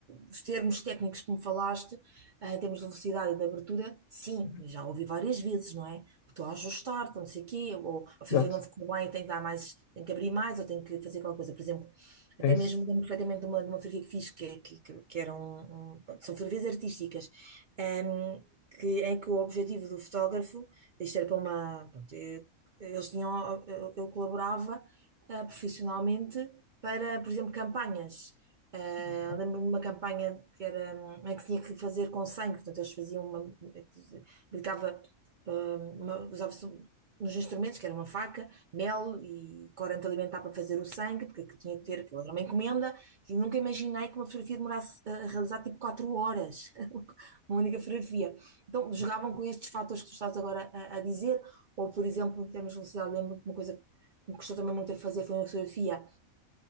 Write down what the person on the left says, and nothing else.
Uhum.
Exato,
é
isso.
Okay.